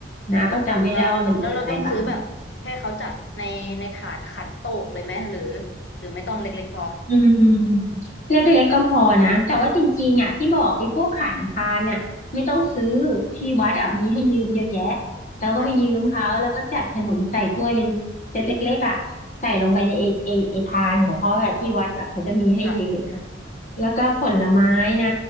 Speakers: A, on the left; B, on the left.
A: นะก็จำไม่ได้ว่ามันมีอะไรบ้าง
B: แล้วแล้วเราต้องซื้อแบบให้เขาจัดในในถาดขัดโตกเลยไหมหรือหรือไม่ต้องเล็กๆพอ
A: อืมเล็กๆก็พอนะแต่ว่าจริงๆอ่ะที่บอกไอ้พวกขันพาเนี่ยไม่ต้องซื้อที่วัดอ่ะมีให้ยืมเยอะแยะแล้วก็ไปยืมเขาแล้วก็จัดขนมใส่ถ้วยเป็นเซตเล็กๆอ่ะใส่ลงไปในไอ้ไอ้ไอ้พานของเขาอ่ะที่วัดแบบเขาจะมีให้ยืมนะ
B: ค่ะค่ะ
A: แล้วก็ผลไม้นะ